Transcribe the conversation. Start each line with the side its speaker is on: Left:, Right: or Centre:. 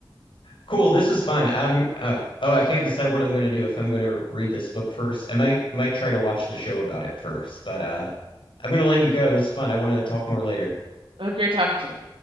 Left: Cool, this is fun. I'm uh, oh, I can't decide what I'm gonna do if I'm gonna read this book first. I might might try to watch the show about it first, but uh, I'm gonna let you go. This is fun. I want to talk more later.
Right: It was great talking to you.